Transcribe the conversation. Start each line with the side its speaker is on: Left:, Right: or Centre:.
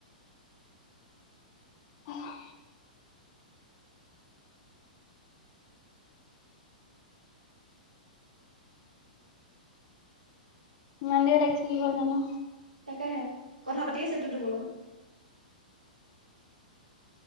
Left: উহু। মন্দে লাগিছে কি হয় জানো।
Right: তাকেহে কথা পাতি আছে তোৰ বোলো